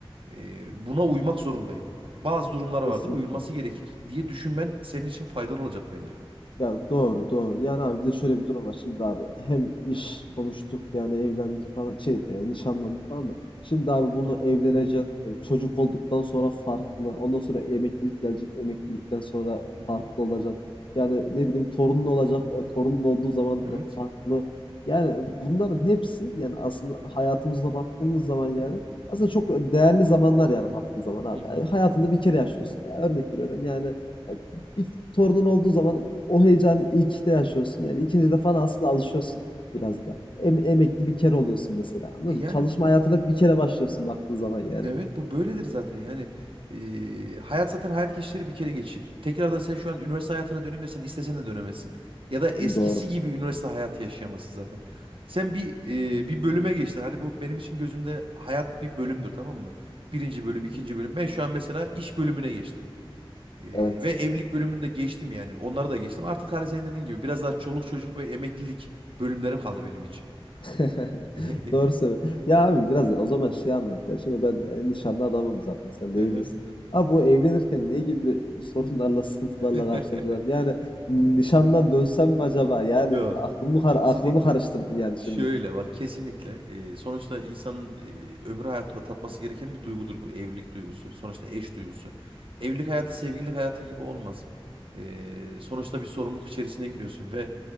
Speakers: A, on the right; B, on the left.
A: e, buna uymak zorundayım. Bazı durumlar vardır,
B: Kesinlikle.
A: uyulması gerekir diye düşünmen senin için faydalı olacak bence.
B: Ya doğru doğru. Yani abi bir de şöyle bir durum var. Şimdi abi hem iş konuştuk yani evlendik falan şey e, nişanlandık falan da. Şimdi abi bunu evleneceksin. e, çocuk olduktan sonra farklı. Ondan sonra emeklilik gelecek. Emeklilikten sonra e,
A: Hı hı.
B: farklı olacak. Yani ne bileyim torunun olacak. e, torunun olduğu zaman e,
A: Evet.
B: farklı. Yani bunların hepsi yani aslında hayatımızda baktığımız zaman yani aslında çok e, değerli zamanlar yani baktığın zaman abi.
A: Hı hı.
B: Yani hayatında bir kere yaşıyorsun. Yani örnek veriyorum yani e, bir torunun olduğu zaman o heyecanı ilkte yaşıyorsun. Yani ikinci de falan aslında alışıyorsun
A: Hı
B: biraz
A: hı.
B: da. Em- emekli bir kere oluyorsun mesela. Anladın
A: E yani
B: mı? Çalışma
A: bu
B: hayatına bir kere başlıyorsun baktığın zaman yani.
A: evet bu böyledir zaten yani e, hayat zaten hayat geçişleri bir kere geçir. Tekrardan sen şu an üniversite hayatına döneyim desen istesen de dönemezsin. Ya da eskisi
B: Doğru.
A: gibi üniversite hayatı yaşayamazsın zaten. Sen bir e, bir bölüme geçtin. Hani bu benim için gözümde hayat bir bölümdür tamam mı? Birinci bölüm,
B: <laughs>
A: ikinci bölüm. Ben şu an mesela iş bölümüne geçtim. E,
B: Evet.
A: ve evlilik bölümünü de geçtim yani. Onları da geçtim. Artık hani senin dediğin gibi biraz daha çoluk çocuk ve emeklilik bölümlerim kaldı benim için.
B: <laughs>
A: <laughs>
B: Doğru söylüyorsun. Ya abi biraz o zaman şey anlat ya. Şimdi ben e, nişanlı adamım zaten. Sen
A: Hı
B: de evlisin.
A: hı.
B: Abi bu evlenirken ne gibi sorunlarla, <laughs> sıkıntılarla
A: <laughs>
B: karşılaşacağım? Yani m, nişandan dönsem mi acaba? Yani
A: Yok.
B: aklımı kar
A: Kesinlikle.
B: aklımı karıştırdın yani
A: Şöyle
B: şimdi.
A: bak kesinlikle e, sonuçta insanın e, ömrü hayatında tatması gereken bir duygudur bu evlilik duygusu. Sonuçta eş duygusu. Evlilik hayatı sevgililik hayatı gibi olmaz. E, sonuçta bir sorumluluk içerisine giriyorsun ve